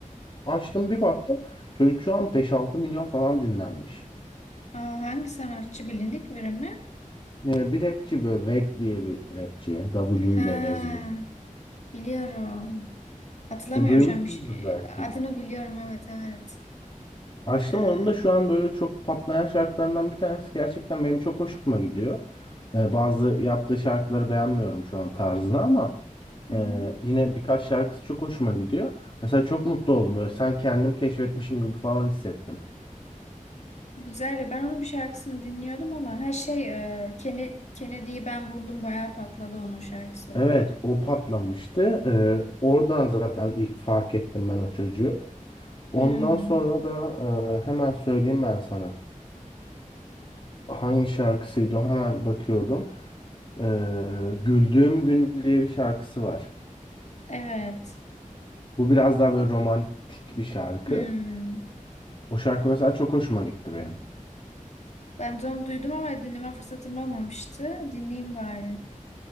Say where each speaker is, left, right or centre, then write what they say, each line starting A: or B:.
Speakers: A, on the left; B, on the left.
A: açtım bir baktım. Çocuk şu an beş altı milyon falan dinlenmiş.
B: Aa, hangi sanatçı bilindik biri mi?
A: Ee, bir rapçi böyle Veg diye bir rapçi. W
B: Ha,
A: ile yazılır.
B: biliyorum. Hatırlamıyorum
A: E, duymuşsundur
B: şu an bir şey-
A: belki.
B: Adını biliyorum evet evet.
A: Açtım
B: Ee,
A: onun da şu an böyle çok patlayan şarkılarından bir tanesi gerçekten benim çok hoşuma gidiyor. Ee, bazı yaptığı şarkıları beğenmiyorum şu an tarzını ama
B: hı
A: e,
B: hı.
A: yine birkaç şarkısı çok hoşuma gidiyor. Mesela çok mutlu oldum böyle sen kendim keşfetmişim gibi falan hissettim.
B: Güzel ya ben onun bir şarkısını dinliyordum ama her şey e, Kene- Kennedy'yi ben vurdum bayağı patladı onun şarkısı.
A: Evet o patlamıştı. Ee, oradan zaten ilk fark ettim ben o çocuğu. Ondan
B: Hmm,
A: sonra da e, hemen söyleyeyim ben sana. Hangi şarkısıydı o? hemen bakıyorum. Ee, Güldüğüm Gün diye bir şarkısı var.
B: evet.
A: Bu biraz daha böyle romantik bir şarkı.
B: Hmm.
A: O şarkı mesela çok hoşuma gitti benim.
B: Ben de onu duydum ama dinleme fırsatım olmamıştı. Dinleyeyim bari.